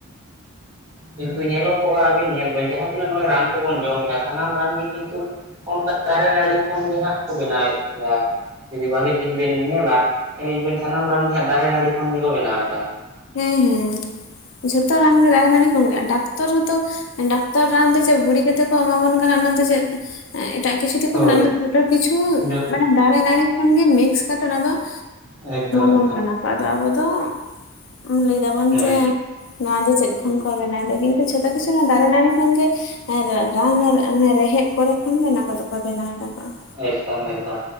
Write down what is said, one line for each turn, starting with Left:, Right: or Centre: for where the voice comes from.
Right: ᱠᱤᱱᱛᱩ ᱧᱮᱞᱚᱜᱚᱜᱼᱟ ᱟᱵᱤᱱ ᱧᱮᱞ ᱵᱤᱱ ᱡᱟᱦᱟᱸ ᱛᱤᱱᱟᱹᱜ ᱱᱚᱜᱼᱚᱭ ᱨᱟᱱ ᱠᱚᱵᱚᱱ ᱡᱚᱢᱮᱜᱼᱟ ᱥᱟᱱᱟᱢ ᱨᱟᱱ ᱜᱮ ᱠᱤᱱᱛᱩ ᱾ ᱚᱱᱠᱟ ᱫᱟᱨᱮ ᱱᱟᱹᱲᱤ ᱠᱷᱚᱱ ᱜᱮ ᱦᱟᱸᱜ ᱠᱚ ᱵᱮᱱᱟᱣᱮᱫ ᱜᱮᱭᱟ ᱾ ᱡᱩᱫᱤ ᱵᱷᱟᱜᱮ ᱴᱷᱤᱠ ᱵᱤᱱ ᱧᱮᱞᱟ ᱧᱮᱞ ᱵᱤᱱ ᱥᱟᱱᱟᱢ ᱨᱟᱱ ᱜᱮ ᱦᱟᱸᱜ ᱫᱟᱨᱮ ᱱᱟᱹᱲᱤ ᱠᱷᱚᱱ ᱜᱮᱠᱚ ᱵᱮᱱᱟᱣᱮᱜᱼᱟ ᱾
Left: ᱦᱮᱸ ᱦᱮᱸ ᱾ ᱡᱷᱚᱛᱚ ᱨᱟᱱ ᱜᱮ ᱫᱟᱨᱮ ᱱᱟᱲᱤ ᱠᱷᱚᱱ ᱜᱮ ᱰᱟᱠᱛᱚᱨ ᱦᱚᱸᱛᱚ ᱰᱟᱠᱛᱚᱨ ᱨᱟᱱ ᱫᱚ ᱪᱮᱜ ᱵᱩᱲᱤ ᱠᱟᱛᱮ ᱠᱚ ᱮᱢᱟᱵᱚᱱ ᱠᱟᱱᱟ ᱟᱱᱚ ᱫᱚ ᱪᱮᱫ? ᱮᱸ ᱮᱴᱟᱜ ᱠᱤᱪᱷᱩ ᱛᱮᱠᱚ
Right: ᱦᱳᱭ
Left: ᱢᱮᱱᱟᱜᱼᱟ <inaudible> ᱡᱚᱛᱚ ᱠᱤᱪᱷᱩ
Right: ᱡᱚᱛ
Left: ᱢᱟᱱᱮ ᱫᱟᱨᱮ ᱱᱟᱹᱲᱤ ᱠᱷᱚᱱ ᱢᱤᱠᱥ ᱠᱟᱛᱮᱫ ᱚᱱᱟ ᱫᱚ ᱾
Right: ᱮᱠᱫᱚᱢ ᱾
Left: ᱠᱚ ᱠᱟᱱᱟ ᱠᱚ ᱟᱫᱚ ᱟᱵᱚ ᱫᱚ ᱾ ᱞᱮᱭ ᱫᱟᱵᱚᱱ
Right: ᱦᱳᱭ
Left: ᱡᱮ ᱱᱚᱣᱟ ᱫᱚ ᱪᱮᱫ ᱠᱷᱚᱱ
Right: ᱦᱮᱸ
Left: ᱠᱚ ᱵᱮᱱᱟᱣ ᱫᱟ ᱠᱤᱱᱛᱩ ᱡᱷᱚᱛᱚ ᱠᱤᱪᱷᱩ ᱫᱟᱨᱮ ᱱᱟᱹᱲᱤ ᱠᱷᱚᱱᱜᱮ ᱾ ᱮᱲ ᱨᱟᱱ ᱟᱨ ᱚᱱᱮ ᱨᱮᱦᱮᱫ ᱠᱚᱨᱮ ᱠᱷᱚᱱ ᱢᱮᱱᱟ ᱠᱚᱫᱚ ᱠᱚ ᱵᱮᱱᱟᱣ ᱫᱟ ᱠᱚ ᱾
Right: ᱮᱠᱫᱚᱢ ᱮᱠᱫᱚᱢ